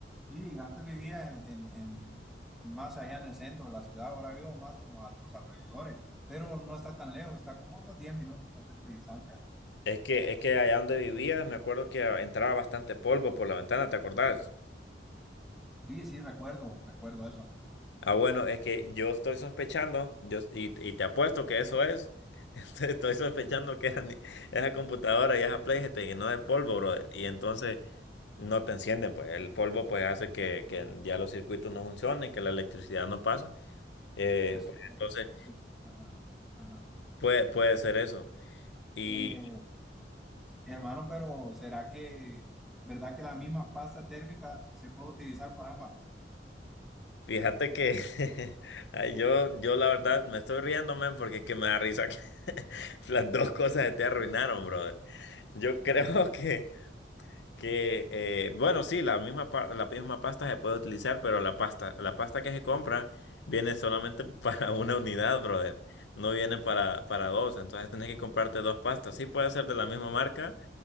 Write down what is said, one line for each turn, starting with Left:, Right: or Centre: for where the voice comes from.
Centre: Sí, antes vivía en, en- en- más allá en el centro de la ciudad, ahora vivo más como a los alrededores, pero no está tan lejos, está como a unos 10 minutos tal vez de distancia.
Left: Es que, es que allá donde vivías, me acuerdo que entraba bastante polvo por la ventana, ¿te acordás?
Centre: Sí, sí, recuerdo, recuerdo eso.
Left: Ah, bueno, es que yo estoy sospechando, yo, y, y te apuesto que eso es. <laughs> Estoy estoy sospechando que esa ni- esa computadora y esa Play se te llenó de polvo, brother. Y entonces no te encienden, pues el polvo pues hace que, que ya los circuitos no funcionen, que la electricidad no pasa. Eh,
Centre: Pero,
Left: pues, entonces
Centre: ajá, ajá.
Left: puede, puede ser eso. Y
Centre: Eh, hermano, pero ¿será que, verdad que la misma pasta térmica se puede utilizar para ambas?
Left: fíjate que <laughs> ay, yo, yo la verdad me estoy riendo, man, porque es que me da risa que <laughs> las dos cosas se te arruinaron, brother. Yo creo <laughs> que... que eh, bueno, sí, la misma, pa- la misma pasta se puede utilizar, pero la pasta, la pasta que se compra viene solamente <laughs> para una unidad, brother. No viene para, para dos, entonces tenés que comprarte dos pastas. Sí puede ser de la misma marca